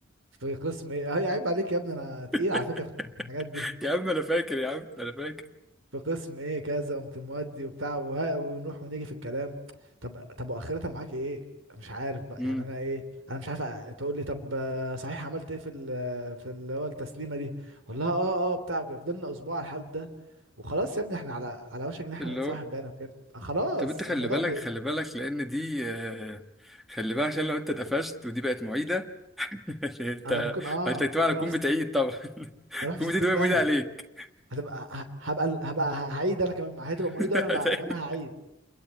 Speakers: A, on the right; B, in the centre.
A: في قسم ايه هي عيب عليك يا ابني انا تقيل
B: <laughs>
A: على فكره في الحاجات دي
B: يا عم انا فاكر يا عم انا فاكر
A: في قسم ايه كذا قمت مودي وبتاع وها ونروح ونيجي في الكلام طب طب واخرتها معاك ايه مش عارف بقى
B: امم
A: يعني انا ايه انا مش عارف أ- تقول لي طب آه، صحيح عملت ايه في ال في اللي هو التسليمه دي والله اه اه بتاع وكده. فضلنا اسبوع على الحال ده وخلاص يا ابني احنا على على وشك ان احنا
B: اللي
A: نتصاحب
B: هو
A: يعني وكده خلاص
B: طب انت خلي
A: الموضوع
B: بالك
A: بي...
B: خلي بالك لان دي آه، خلي بالك عشان لو انت اتقفشت ودي بقت معيده <laughs> انت
A: انا ممكن اه
B: وانت طبعا
A: ممكن
B: هتكون
A: اروح في
B: بتعيد
A: ست-
B: طبعا <laughs>
A: اروح
B: تكون
A: في 60
B: بتعيد وهي
A: داهيه
B: معيده عليك
A: هتبقى ه- هبقى هبقى هعيد انا كمان هتبقى معيد
B: <laughs>
A: وانا بقى
B: هتعيد،
A: وانا هعيد